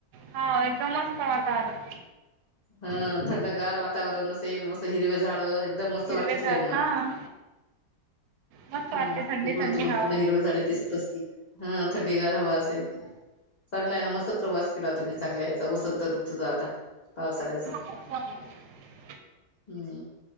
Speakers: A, on the right; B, on the left.
A: हा एकदम मस्त वातावरण
B: हा थंडगार वातावरण असेल मस्त हिरव्या झाड दम मस्त
A: हिरवेगार
B: वाटत राहिल ना
A: हां मस्त
B: हम
A: वाटते थंडी
B: इकडून
A: थंडी
B: तिकडून
A: हवा
B: पुन्हा हिरवे झाडे दिसत असतील हा थंडीगार हवा असेल चांगला आहे ना मस्त प्रवास केला तुम्ही चांगल्या याचा वसंत ऋतूचा आता पावसाळ्याचा
A: अ <unintelligible>
B: हम्म